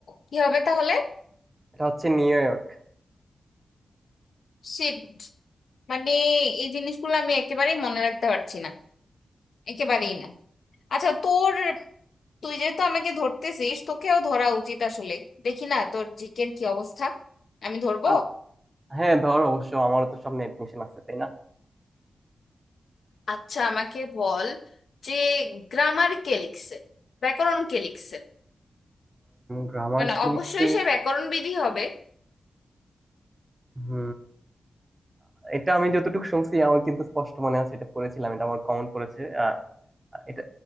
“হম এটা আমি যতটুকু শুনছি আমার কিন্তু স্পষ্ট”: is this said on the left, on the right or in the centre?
Right